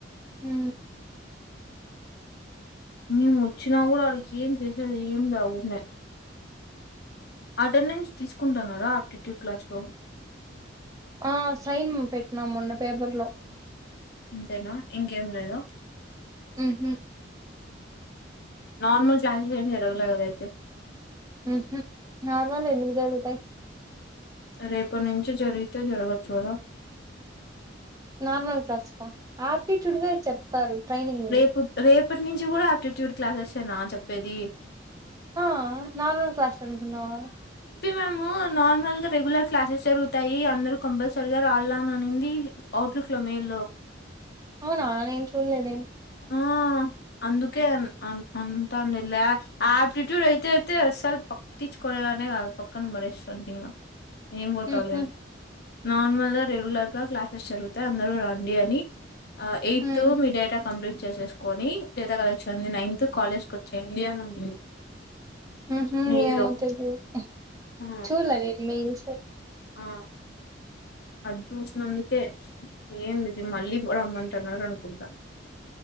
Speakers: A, on the right (about 20°); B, on the left (about 55°).
A: హు
B: మేము వచ్చినా కూడా అడికి ఏం చేసేది లే ఊకనే అటెండెన్స్ తీసుకుంటాన్నారా ఆప్టిట్యూడ్ క్లాస్ లో
A: ఆ సైన్ పెట్టినాం మొన్న పేపర్ లో
B: అంతేనా ఇంకేం లేదా
A: ఉహు
B: నార్మల్ క్లాసెస్ ఏం జరగలేదు కదా అయితే
A: ఉహు నార్మల్ వి ఎందుకు జరుగుతాయి
B: రేపు నుంచి జరిగితే జరగచ్చు కదా
A: నార్మల్ క్లాసెసా ఆప్టిట్యూడ్ వే చెప్తారు ట్రైనింగ్
B: రేపు
A: వి
B: రేపు రేపటి నుంచి కూడా ఆప్టిట్యూడ్ క్లాసెస్సేనా చెప్పేది
A: ఆ నార్మల్ క్లాసెస్ కనుకున్నావా
B: మేము నార్మల్గా రెగ్యులర్ క్లాసెస్ జరుగుతాయి అందరుూ కంపల్సరీగా రాల్లా అనింది అవుట్లుక్ లో మేల్లో
A: అవునా నేను చూడలేదే
B: ఆ అందుకే అన్ అన్ అంతా నిలా ఆ ఆప్టిట్యూడ్ అయితే అయితే అసలు పక్టించుకోనే దాన్నే కాదు పక్కన పడేస్తుంటి ఇంకా ఏం పోతావులే
A: ఉహు
B: అని నార్మల్గా రెగ్యులర్ గా క్లాసెస్ జరుగుతాయి అందరూ రండి అని ఆ ఏతు
A: ఉమ్
B: మీ డేటా కంప్లీట్ చేసేసుకొని డేటా కలెక్షన్ నైన్త్ కాలేజ్ కి వచ్చేయండి అని అనింది
A: ఉహు
B: మెయిల్లో
A: ఏమో తెలీదులే
B: ఆ
A: చూడలేదు నేను మెయిల్స్
B: ఆ అది చూసినందుకే ఏంది ఇది మళ్ళీ రమ్మంటున్నారు అనుకుంటా